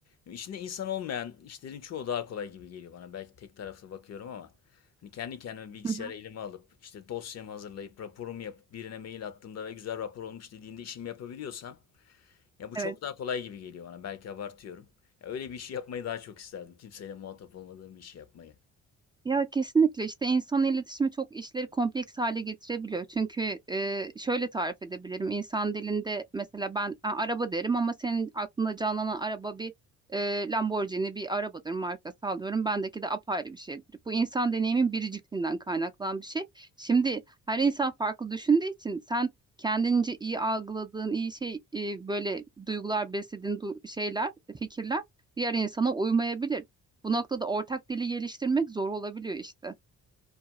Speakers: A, on the left; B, on the right.
A: içinde insan olmayan işlerin çoğu daha kolay gibi geliyor bana. Belki tek taraflı bakıyorum ama hani kendi kendime bilgisayara
B: Hı hı.
A: elime alıp işte dosyamı hazırlayıp raporumu yapıp birine mail attığımda ve güzel rapor olmuş dediğinde işimi yapabiliyorsam ya bu çok
B: Evet.
A: daha kolay gibi geliyor bana. Belki abartıyorum. Ya öyle bir işi yapmayı daha çok isterdim. Kimseyle muhatap olmadığım bir işi yapmayı.
B: Ya kesinlikle işte insan iletişimi çok işleri kompleks hale getirebiliyor. Çünkü e, şöyle tarif edebilirim. İnsan dilinde mesela ben "Ha, araba derim ama senin aklında canlanan araba bir e, Lamborghini bir arabadır markası alıyorum. Bendeki de apayrı bir şeydir. Bu insan deneyimin biricikliğinden kaynaklanan bir şey. Şimdi her insan farklı düşündüğü için sen kendince iyi algıladığın, iyi şey e, böyle duygular beslediğin du- şeyler, fikirler diğer insana uymayabilir. Bu noktada ortak dili geliştirmek zor olabiliyor işte.